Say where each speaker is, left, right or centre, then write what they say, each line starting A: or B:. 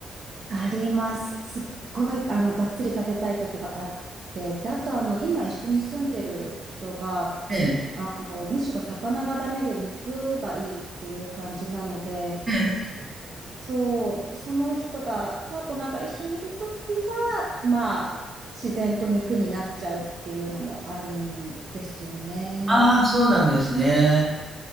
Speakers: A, on the right (about 45°); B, on the right (about 15°).
A: あります。すっごい、あの、がっつり食べたい時があって、で、あと、あの、今一緒に住んでる人が、
B: ええ。
A: あの、むしろ魚がダメで肉がいいっていう感じなので、
B: ええ。
A: そう、その人が、パートナーが一緒にいるときは、まあ、自然と肉になっちゃうっていうのもあるんですよね。
B: ああ、そうなんですね。